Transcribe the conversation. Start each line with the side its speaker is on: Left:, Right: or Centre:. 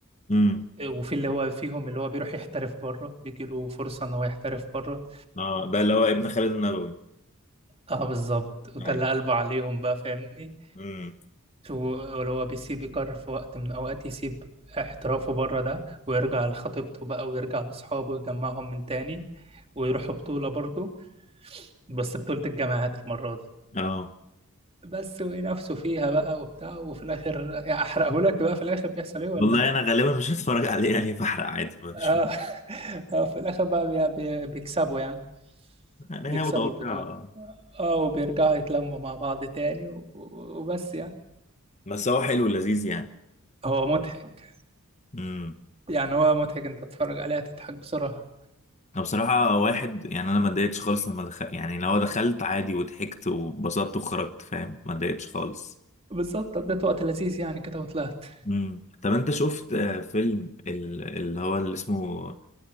Left: امم
Right: وفي اللي هو فيهم اللي هو بيروح يحترف بره بيجيله فرصة إن هو يحترف بره
Left: اه ده اللي هو ابن خالد النبوي
Right: اه بالظبط وده
Left: ايوه
Right: اللي قلبه عليهم بقى فاهمني
Left: امم
Right: و- ولو هو بيسيب يقرر في وقت من الأوقات يسيب احترافه بره ده ويرجع لخطيبته بقى ويرجع لأصحابه ويجمعهم من تاني ويروحوا بطولة برضه بس بطولة الجامعات المرة دي
Left: اه
Right: بس وينافسوا فيها بقى وبتاع وفي الاخر يعني احرقه لك بقى في الاخر بيحصل ايه ولا
Left: والله انا غالبا مش هتفرج عليه يعني بحرق عادي مش
Right: اه, <laughs> آه في الاخر بقى بي... بي... بيكسبوا يعني
Left: <laughs> يعني
Right: بيكسبوا
Left: هي متوقعة
Right: البطولة اه وبيرجعوا يتلموا مع بعض تاني و... و- وبس يعني
Left: بس هو حلو لذيذ يعني
Right: هو مضحك
Left: امم
Right: يعني هو مضحك انت تتفرج عليه هتضحك بسرعة
Left: انا بصراحة واحد يعني انا ما اتضايقتش خالص لما دخل يعني لو دخلت عادي وضحكت وبسطت وخرجت فاهم ما اتضايقتش خالص
Right: بالظبط قضيت وقت لذيذ يعني كده وطلعت
Left: امم طب انت شفت آه، فيلم ال- اللي هو اللي اسمه